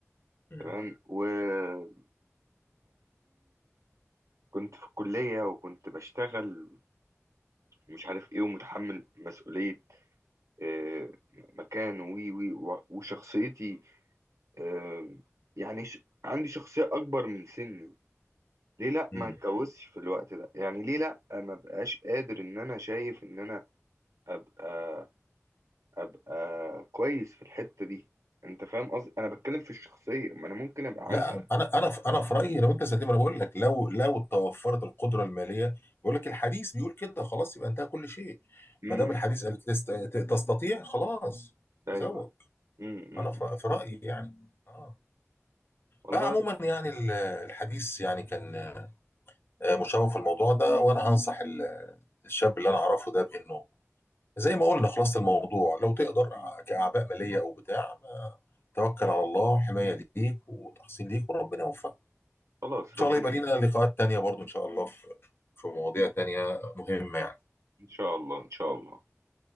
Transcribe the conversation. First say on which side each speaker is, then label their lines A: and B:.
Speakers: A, on the left; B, on the right.
A: م.
B: تمام ويعني كنت في الكلية وكنت بشتغل مش عارف ايه ومتحمل مسؤولية آه، مكان وي وي وشخصيتي آه، يعني ش... عندي شخصية أكبر من سني ليه لأ
A: م.
B: ما اتجوزش في الوقت ده يعني ليه لأ ما بقاش قادر إن أنا شايف إن أنا أبقى أبقى كويس في الحتة دي أنت فاهم قصدي أنا بتكلم في الشخصية ما أنا ممكن أبقى عندي
A: لا انا انا في انا في رايي لو انت زي ما انا بقول لك لو لو توفرت القدره الماليه بقول لك الحديث بيقول كده خلاص يبقى انتهى كل شيء
B: امم
A: ما دام الحديث قال تست- تستطيع خلاص
B: أيوه
A: تزوج
B: امم أمم.
A: انا في في رايي يعني اه
B: والله
A: بقى عموما
B: رب...
A: يعني ال- الحديث يعني كان آه، مشوق في الموضوع ده وانا هنصح ال- الشاب اللي انا اعرفه ده بانه زي ما قلنا خلاصه الموضوع لو تقدر
B: مم.
A: كاعباء ماليه او بتاع ما توكل على الله حمايه ليك وتحصين ليك وربنا يوفقك
B: خلاص
A: وان شاء
B: ربنا
A: الله يبقى لينا لقاءات تانية برضو ان شاء الله في في مواضيع تانية مهمة يعني
B: إن شاء الله إن شاء الله